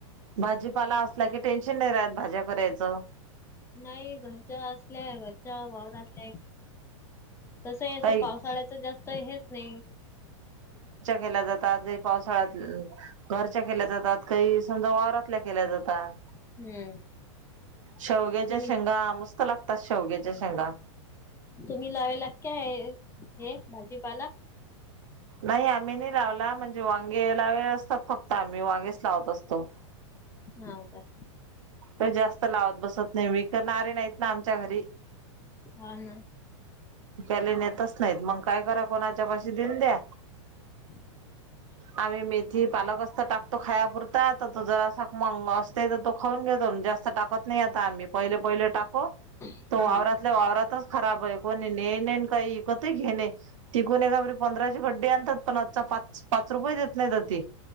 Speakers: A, on the right; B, on the left.
A: भाजीपाला असला की, टेन्शन नाही राहत भाज्या करायचं.
B: नाही घरच्या असल्या, घरच्या वावरातल्या की. तसय असं
A: काही
B: पावसाळ्याच जास्तं हेच नाही.
A: केला जातात <unintelligible> पावसाळ्यात घरच्या केल्या जातात, काही समजा वावरातल्या जातात.
B: हम्म
A: शेवग्याच्या
B: तुम्ही
A: शेंगा मस्त लागतात, शेवग्याच्या शेंगा.
B: तुम्ही लाविलात कायय, हे भाजीपाला
A: नाही आम्ही नाही लावला म्हणजे वांगे लावले असतात फक्त आम्ही वांगेच लावत असतो.
B: हा काय?
A: काही जास्त लावत बसत ना बई विकणारे नाहीत ना आमच्या घरी
B: हा ना
A: त्यानी नेतच नाहीत मग काय कराव कोणाच्या पाशी डिल द्या.
B: <inaudible>
A: आम्ही मेथी पालक असत टाकतो खायापुरता तर तो जरासा मंग असते तर तो खाऊन घेतो. जास्त टाकत नाही आता आम्ही पहिले.. पहिले टाको,
B: हम्म
A: तो वावरात वावरातच खराब आहे कोणी ने नेयन काही इकत घेणे नई. तिकून एकाबरी पंधराशे गड्डी आणतात पण आजता पाच.. पाच रुपये देत नाहीत ते